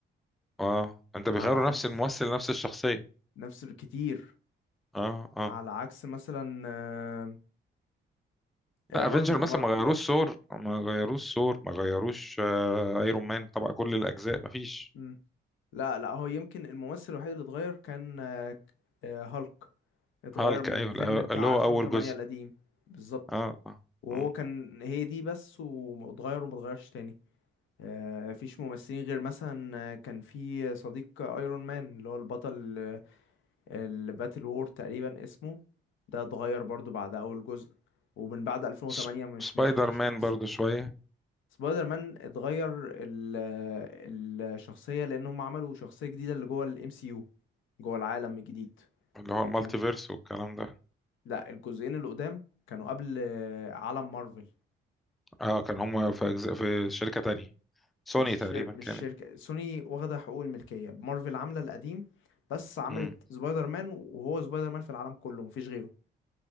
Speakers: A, in the centre; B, on the left.
A: آه. انت بيغيروا
B: على عكس
A: نفس الممثل نفس الشخصية
B: نفس الكتير
A: اه اه
B: على عكس مثلا آه، آه،
A: لا
B: مارفل
A: افنجر مثلا
B: مارفل
A: ما غيروش ثور ما غيروش ثور ما غيروش آه، ايرون مان طبعا كل الاجزاء ما فيش
B: مم. لا لا هو يمكن الممثل الوحيد اللي اتغير كان آه، هالك اتغير
A: هالك
B: من
A: ايوه
B: الفيلم
A: الأ-
B: بتاع
A: اللي هو
B: 2008
A: اول جزء
B: القديم بالظبط
A: اه آه.
B: وهو
A: مم.
B: كان هي دي بس واتغير وما اتغيرش تاني آه، فيش ممثلين غير مثلا آه، كان في صديق ايرون مان اللي هو البطل آه، الباتل وور تقريبا اسمه ده اتغير برضو بعد اول جزء ومن بعد 2008
A: سب-
B: مش
A: سبايدر
B: ما شفتش
A: مان
B: ممثلين
A: برضو شويه
B: سبايدر مان اتغير ال آه، الشخصية لان هم عملوا شخصية جديدة اللي جوه الام سي يو جوه العالم الجديد
A: اللي هو
B: لكن
A: المالتي فيرس والكلام ده
B: لا الجزئين اللي قدام كانوا قبل آه، عالم مارفل
A: اه كان هم في أجزاء في شركه تانية سوني
B: مش شر...
A: تقريبا
B: مش
A: كانت
B: شركة سوني واخدة حقوق الملكية مارفل عاملة القديم بس عملت
A: مم.
B: سبايدر مان وهو سبايدر مان في العالم كله مفيش غيره